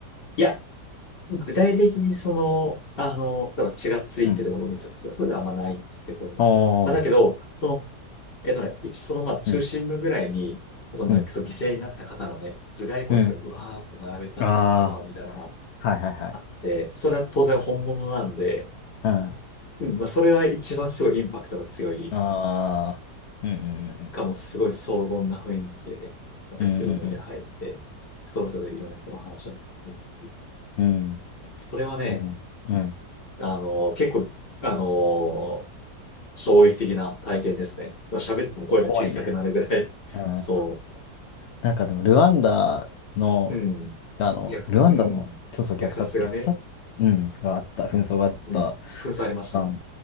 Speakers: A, on the left (about 50°); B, on the left (about 80°).
A: いや、具体的にその、あの、だから血がついてるものを見させるとか、
B: うん。
A: そういうのはあんまないんですけど、
B: あ
A: まあだけど、
B: ー、
A: その、えっとね、一、そのまあ中心部ぐらいに、
B: うん、
A: その、
B: うん、
A: まあその犠牲になった方のね、頭蓋骨がうわーって並べたってるタワーみたいなのがあっ
B: うん。ああ、はいはいはい。
A: て、それは当然本物なんで、
B: うん。あ
A: うん、まあそれは一番すごいインパクトが強い。
B: あ、うん、うん、うん、
A: 中もすごい荘厳な雰囲気でね、まあ靴を脱いで入って、
B: うん、
A: それぞれいろんな人の話を見たり、
B: うん、うん、
A: それはね、
B: うん。うん
A: あの、結構、あの、衝撃的な体験ですね。まあ喋っても声が小さくなるぐらい、
B: 怖いね。うん。
A: そう。
B: なんかでも、ルワンダの、
A: うん。
B: あの、
A: 虐、
B: ルワンダも、
A: うん。
B: そうそう、
A: 虐殺がね、
B: 虐殺、虐殺うん、があった、紛争があった、
A: うん。封鎖ありましたね。
B: あの、